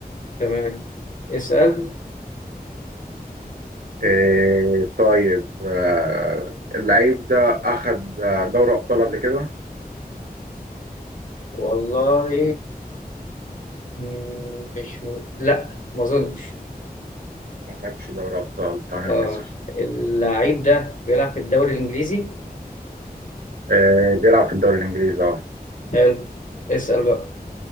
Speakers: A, on the left; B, on the right.
A: تمام اسأل
B: إيه طيب آه، اللعيب ده اخد آه، دوري ابطال قبل كده
A: والله مم، مش م... لأ ما أظنش
B: ما خدش دوري ابطال تمام
A: أه
B: اسأل
A: اللاعب ده بيلعب في الدوري الإنجليزي
B: آه، بيلعب في الدوري الإنجليزي اه
A: حلو اسأل بقى